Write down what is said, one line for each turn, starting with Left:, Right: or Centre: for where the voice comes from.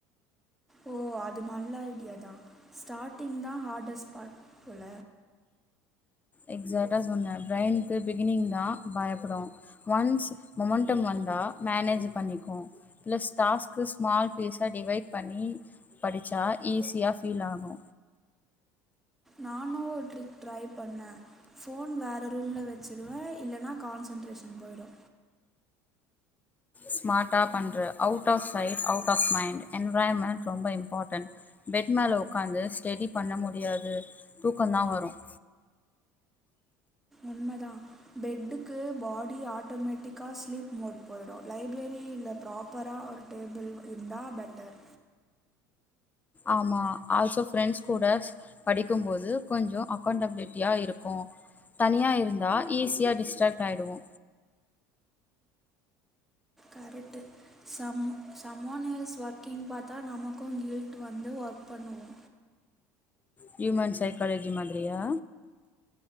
Centre: ஓ அது நல்ல ஐடியா தா ஸ்டார்ட்டிங் தா ஹார்டர்ஸ் பாட் போல
Left: எக்சாடா சொன்னே பிரைன்கு பிகினிங் தா பயப்படு ஒன்ஸ் மொமென்டம் வந்தா மேனேஜ் பண்ணிக்கு லெஷ் டாஷ்க் ஷ்மால் பீஸா டிவைட் பண்ணி படிச்சா ஈஸியா ஃபீல் ஆகு
Centre: நானு ஒரு ட்ரிக் ட்ரை பண்ணே ஃபோன் வேற ரூம்ல வச்சுறுவே இல்லனா கான்சன்ட்ரேஷன் போயிடு
Left: ஸ்மார்ட்டா பண்ற out of sight out of mind environment ரொம்ப இம்பார்டன்ட் பெட் மேல ஒக்காந்து ஸ்டெடி பண்ண முடியாது தூக்கந்தா வரும்
Centre: உண்மதா பெட்டுக்கு பாடி ஆட்டோமேட்டிக்கா ஸ்லீப் மோட் போயிடு லைப்ரரி இல்ல ப்ராப்பரா ஒரு டேபிள் இருந்தா பெட்டர்
Left: ஆமா ஆல்சோ ஃப்ரெண்ஷ் கூட படிக்குபோது கொஞ்ச அகௌண்டபிலிட்டியா இருக்கு தனியா இருந்தா ஈஸியா டிஸ்டாக் ஆயிடுவோ
Centre: correct some someone else working பாத்தா நமக்கு கில்ட் வந்து ஒர்க் பண்ணுவோ
Left: ஹியூமன் சைக்காலஜி மாதிரியா